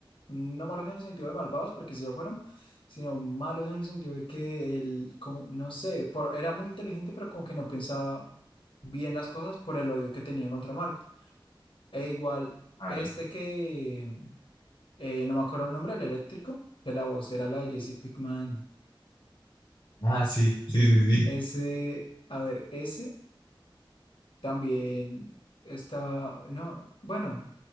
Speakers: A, on the left; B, on the left.
A: no malos en el sentido de malvados, porque sí lo fueron, sino malos en el sentido de que él, como, no sé, por, era muy inteligente, pero como que no pensaba bien las cosas por el odio que tenía contra Mark. E igual,
B: <laughs> claro
A: este que, eh, no me acuerdo el nombre, el eléctrico, que la voz era la de Jesse Pickman,
B: Ah, sí, sí, sí, sí.
A: ese, a ver, ese. También estaba, no, bueno,